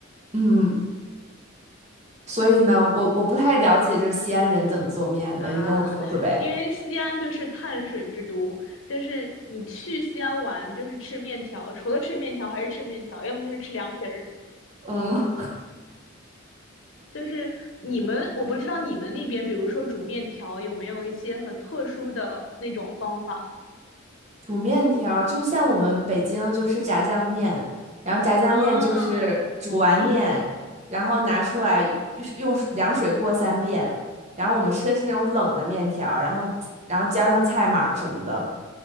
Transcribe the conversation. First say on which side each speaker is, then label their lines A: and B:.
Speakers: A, on the right (about 35°); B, on the left (about 70°).
A: 嗯，所以呢，我我不太了解，就是西安人怎么做面的，
B: 啊，
A: 你跟我说说呗。
B: 因为西安就是碳水之都，就是你去西安玩就是吃面条，除了吃面条还是吃面条，要么就是吃凉皮儿。
A: 嗯，
B: 就是你们，我不知道你们那边，比如说煮面条有没有一些很特殊的那种方法
A: <laughs> 煮面条儿就像我们北京就吃炸酱面，然后炸酱面就是煮完面，
B: 啊？嗯
A: 然后拿出来用用水凉水过三遍，然后我们吃的是那种冷的面条儿然后然后加上菜码儿什么的。